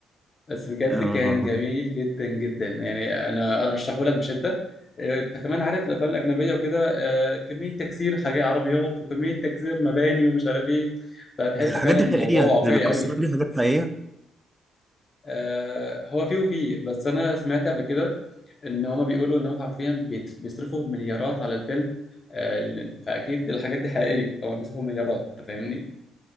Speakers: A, on the left; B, in the centre.
A: بس بجد
B: آه.
A: كان جميل جدا جدا يعني انا ارشحه لك بشده آه، انت كمان عارف الافلام الاجنبيه وكده آه، كميه تكسير حاجات عربيات وكميه تكسير مباني ومش عارف ايه فهتحس
B: هي الحاجات
A: فعلا
B: دي
A: ان
B: حقيقيه
A: الموضوع واقعي
B: اللي بيكسروا
A: قوي
B: دي حاجات حقيقيه
A: آه، هو فيه وفيه بس انا سمعت قبل كده ان هما بيقولوا ان هو حرفيا بيت- بيصرفوا مليارات على الفيلم آه، فاكيد الحاجات دي حقيقيه طبعا بيصرفوا مليارات انت فاهمني